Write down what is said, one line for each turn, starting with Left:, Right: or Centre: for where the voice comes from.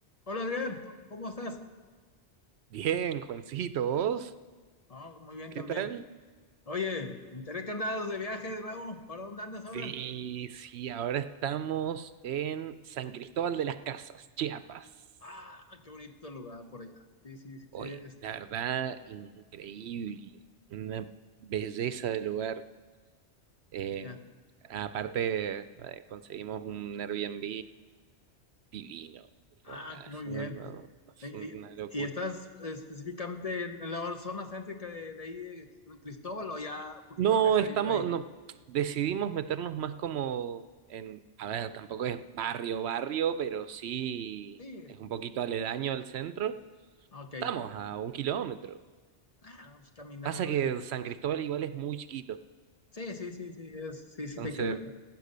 Left: Hola Adrián, ¿tú- ¿cómo estás?
Right: Bien, Juancito, ¿vos?
Left: Ah, muy bien
Right: ¿Qué
Left: también.
Right: tal?
Left: Oye, me enteré que andabas de viaje de nuevo. ¿Para dónde andas
Right: Sí,
Left: ahora?
Right: sí, ahora estamos en San Cristóbal de las Casas, Chiapas.
Left: Ah, qué bonito lugar por allá. Sí, sí,
Right: Hoy,
Left: sí. es-
Right: la verdad, increíble, una belleza de lugar. Eh,
Left: ya.
Right: aparte, eh, conseguimos un Airbnb divino.
Left: Ah,
Right: No, nada,
Left: muy
Right: es
Left: bien.
Right: una, no, no, es
Left: Y,
Right: una
Left: y-
Right: locura.
Left: y estás específicamente en la zona céntrica de, de ahí, de San Cristóbal, o ya un poquito
Right: No,
Left: alejadito
Right: estamos,
Left: ahí.
Right: no, decidimos meternos más como en, a ver, tampoco es barrio, barrio, pero sí
Left: Sí,
Right: es un poquito aledaño al centro.
Left: ok.
Right: Estamos a un kilómetro.
Left: Ah, pues caminando
Right: Pasa que
Left: en...
Right: San Cristóbal igual es muy chiquito,
Left: Sí, sí, sí, sí, es- sí, sí
Right: entonces
Left: te creo.